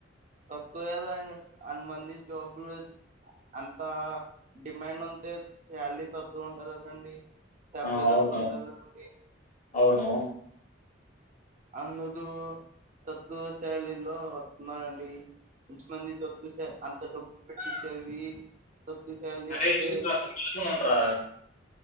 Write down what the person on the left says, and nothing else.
ఆ అవును
అవును
అరే
నువ్వు కాస్త మేల్కొనుండ్రా